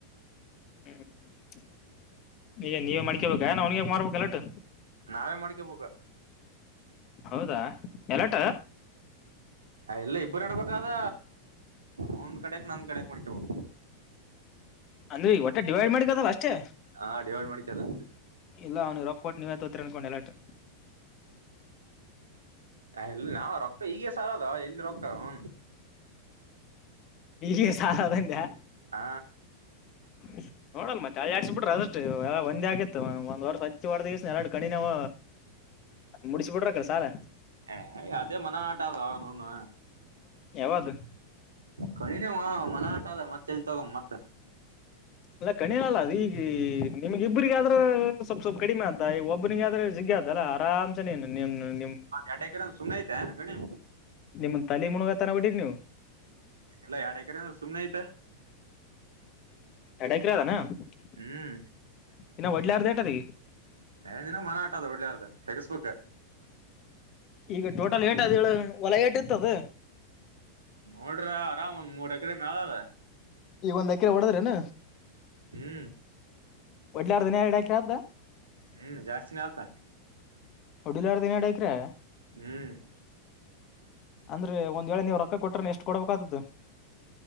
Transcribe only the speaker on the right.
ನಾವೇ ಮಾಡ್ಕಬೇಕು
ಹೇ ಇಲ್ಲ ಇಬ್ರು ನಡಬಕ್ ಅದ ಅವಂದ್ ಕಡೆಕ್ ನಂದ ಕಡೆಕ್ ಮಾಡ್ಕೋಬೇಕು
ಹಾ ಡಿವೈಡ್ ಮಾಡ್ಕ್ಯ ಅದ
ಹೇ ಇಲ್ಲ ನಾವ ರೊಕ್ಕ ಈಗ ಸಾಲ ಅದ ಎಲ್ಲಿ ರೊಕ್ಕ ನೂ
ಹಾ......
<inaudible>
ಹೇ ಅದೇ ಮನ ಆಟ ಅದನೂನು
ಕಣಿನೇ ಮನ ಆಟ ಅದ ಮತ್ತೆ ಎಲ್ಲಿ ತಗೊಮ್ ಮತ್ತ
ಹಡೈಕ ಇಡ ಸುಮ್ನೇ ಇದ್ಯಾ ಗಣಿ
ಇಲ್ಲ ಎರಡ್ ಎಕ್ರೆ ಅಂದ್ರ ಸುಮ್ನೇ ಆಯತ
ಹ್ಮ್
ಏ ದಿನ ಮರ ಅಟಇದೆ ಬಿಡ್ಲೆ ಅದ ತೆಗಸಬೇಕ
ನೋಡ್ರ ಆರಾಮ್ ಒಂದ್ ಮೂರ್ ಎಕರೆ ಮ್ಯಾಲ ಅದ.
ಹ್ಮ್.
ಹ್ಮ್ ಜಾಸ್ತಿನ ಆತಾ.
ಹ್ಮ್.